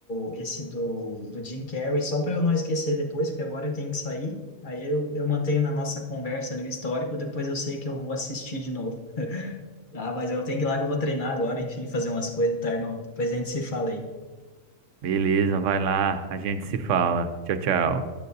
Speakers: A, on the left (about 40°); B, on the right (about 70°).
A: o, esse do, do Jim Carrey, só para eu não esquecer depois, porque agora eu tenho que sair. Aí eu, eu mantenho na nossa conversa ali o histórico, depois eu sei que eu vou assistir de novo. Tá, mas eu tenho que ir lá que eu vou treinar agora, enfim, fazer umas coisas, tá, irmão? Depois a gente se fala aí.
B: Beleza, vai lá, a gente se fala. Tchau, tchau.